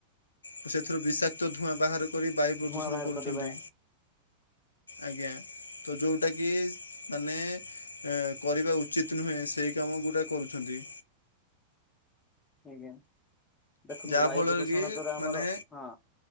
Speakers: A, on the left; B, on the left.
A: ‍ପୁ ସେଥିରୁ ବିଶାକ୍ କ୍ତ ଧୂଆଁ ବାହାର କରି ବାୟୁ ପ୍ରଦୂଷଣ
B: ଧୂଆଁ ବାହାର
A: କରୁଛନ୍ତି।
B: କରିବା
A: ଆଜ୍ଞା। ତ ଯଉଟାକି ମାନେ ଏ କରିବା ଉଚିତ ନୁହେଁ। ସେହି କାମ ଗୁଡ଼ା କରୁଛନ୍ତି।
B: ଆଜ୍ଞା ଦେଖନ୍ତୁ
A: ଯାହା
B: ବାୟୁ
A: ଫଳରେ
B: ପ୍ରଦୂଷଣ
A: କି
B: ଦ୍ଵାରା
A: ମାନେ
B: ଆମର ହଁ।